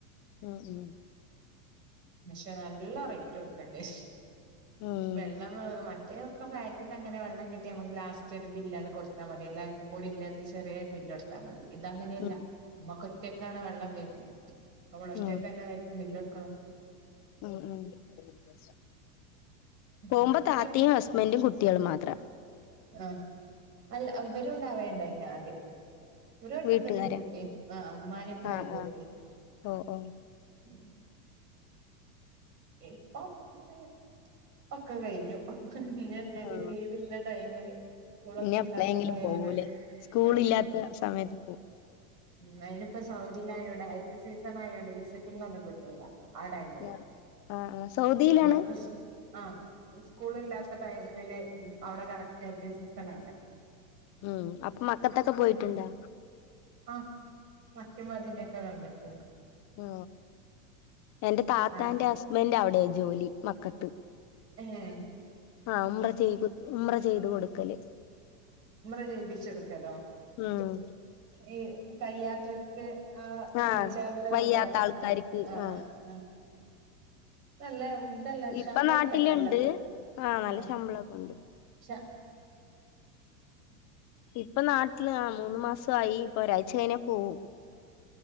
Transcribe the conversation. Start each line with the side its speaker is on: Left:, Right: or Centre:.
Left: ഉം ഉം
Right: പക്ഷെ നല്ല റേറ്റ് എടുക്കണ്ടേ ശ്
Left: ഉം
Right: വെള്ളം. <unintelligible> <unintelligible> ഒക്കെ ഫ്ളാറ്റിന്നങ്ങനെ വെള്ളം കിട്ടി നമുക്ക് ലാസ്റ്റൊരു ബില്ലങ്ങ് കൊടുത്താ മതി എല്ലാവർക്കും കൂടില്ലത് ചെറിയൊരു ബില്ല്. ല്ലോടുത്താ മതി. ഇതങ്ങനെയല്ല
Left: ഉം
Right: നമുക്ക് ഒറ്റക്കാണ്. വെള്ളം വരണേ നമ്മൾ ഒറ്റക്കെന്നെ
Left: ഉം
Right: ബില്ല് ക്ക.
Left: ഉം ഉ
Right: അങ്ങനെയൊക്കെയാണ്
Left: പോവുമ്പോ താത്തിം ഹസ്ബൻറും കുട്ടികളും മാത്രം.
Right: ആ അല്ലഅവരുംണ്ടാവേണ്ടേ ആദ്യം? ഒരു വട്ടം
Left: വീട്ടുകാരാ
Right: വരെയും കൂട്ടി ആ മ്മാനി പ്പാനിം
Left: ആഹ്
Right: കൂട്ടി.
Left: ആഹ് ഓ ഓ
Right: ഉം <inaudible> ഇപ്പോ <unintelligible> ഒക്കെ കഴിഞ്ഞു ഇന്നെന്നേലും
Left: ആ
Right: ലീവ്ള്ള ടൈമില്. കുളക്കല്ലാത്ത
Left: ഇനി എപ്പളെങ്കിലും
Right: ടൈമില്
Left: പോവൂലേ സ്കൂൾ
Right: ആ
Left: ഇല്ലാത്ത സമയത്ത്
Right: ഉം അയിനിപ്പ സ് സൗദീലായോണ്ടെ ഹജ്ജ് സീസണായോണ്ടെ വിസിറ്റിംഗ് ഒന്നും കിട്ടൂല്ല ആ ടൈമില്
Left: പോവും ആ ആ സൗദീലാണ്
Right: ഇവിടുത്തെ സ് ആഹ് ഈ സ്കൂളില്ലാത്ത ടൈമില് അവിടെ കറക്റ്റ് ഹജ്ജ് സീസണാണ്
Left: ഉം അപ്പൊ മക്കത്തൊക്ക പോയിട്ടുണ്ടാ?
Right: ആഹ് മക്കേമതിനെക്ക കണ്ടിട്ടുണ്ട്
Left: ഓ എന്റെ താത്താന്റെ
Right: അതെ
Left: ഹസ്ബന്റ് അവിടെ ജോലി മക്കത്ത്
Right: ഏഹ്
Left: ആഹ് ഉമ്ര ചെയ്തു ഉമ്ര ചെയ്തു കൊടുക്കല്
Right: മ്ര ജയിപ്പിച്ചെടുക്കലോ
Left: ഉം
Right: ഈ കയ്യാത്തോര്ക്ക് ആ
Left: ആഹ്
Right: വീൽച്ചേറില്
Left: വയ്യാത്ത
Right: കൊണ്ടോണം.
Left: ആൾക്കാർക്ക്
Right: ആ ആ
Left: ആഹ്
Right: ആ ആ നല്ല ഇതല്ല
Left: ഇപ്പൊ
Right: ശമ്പളത്തെക്കല്ല
Left: നാട്ടിലുണ്ട് ആഹ് നല്ല
Right: ആ
Left: ശമ്പളൊക്കെ ഉണ്ട്
Right: ശ
Left: ഇപ്പ നാട്ടില് മൂന്ന് മാസായി ഇപ്പ ഒരാഴ്ച കഴിഞ്ഞാ പോവും